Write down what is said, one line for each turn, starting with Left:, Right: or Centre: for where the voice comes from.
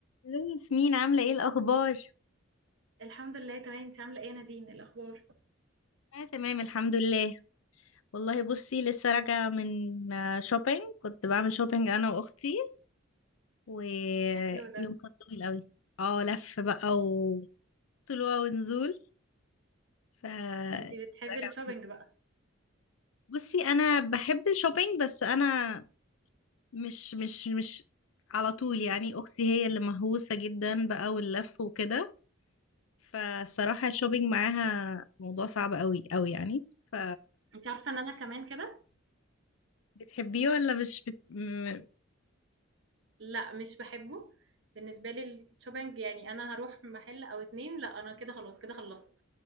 Left: الو ياسمين عاملة ايه الأخبار؟
Right: الحمد لله تمام انت عامله ايه يا نادين إيه الاخبار
Left: اه تمام الحمد لله والله بصي لسه راجعة من شوبينج كنت بعمل شوبينج أنا وأختي ويوم
Right: حلو ده
Left: كان طويل قوي اه لف بقى وطلوع ونزول ف راجعة
Right: انت بتحبي الشوبينج
Left: مبسوطة.
Right: بقى
Left: بصي أنا بحب الشوبينج بس أنا مش مش مش على طول يعني أختي هي اللي مهووسة جدا بقى واللف وكده فالصراحة الشوبينج معاها موضوع صعب قوي قوي يعني ف
Right: انت عارفه ان انا كمان كده
Left: بتحبيه ولا مش بت... م- اه
Right: لا مش بحبه بالنسبه لي الشوبينج يعني انا هروح محل او اتنين لا انا كده خلاص كده خلصت